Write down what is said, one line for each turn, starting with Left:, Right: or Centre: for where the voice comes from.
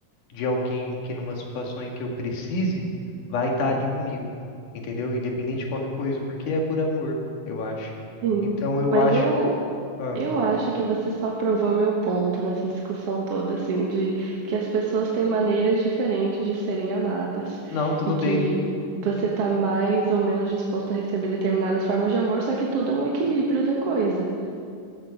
Left: de alguém que numa situação em que eu precise vai estar ali comigo, entendeu? Independente de qualquer coisa, porque é por amor, eu acho.
Right: Sim.
Left: Então eu
Right: Mas
Left: acho,
Right: eu,
Left: ah,
Right: Eu acho que você só provou meu ponto nessa discussão toda, assim, de que as pessoas têm maneiras diferentes de serem amadas
Left: não, tudo
Right: e
Left: bem.
Right: que você tá mais ou menos disposto a receber determinadas formas de amor, só que tudo é um equilíbrio da coisa.